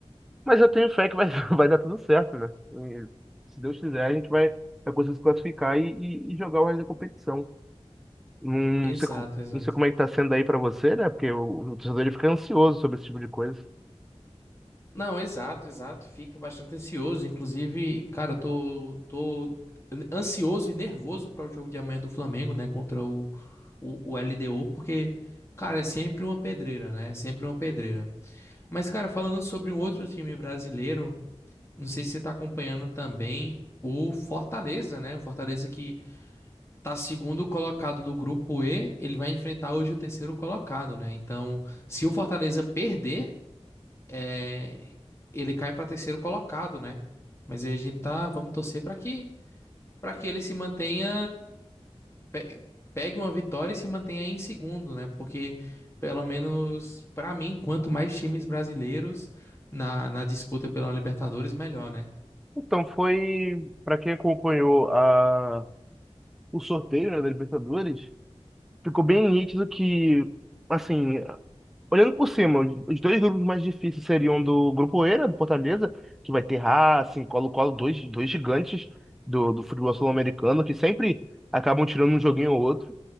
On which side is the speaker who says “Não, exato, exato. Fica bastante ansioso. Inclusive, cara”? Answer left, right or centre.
Left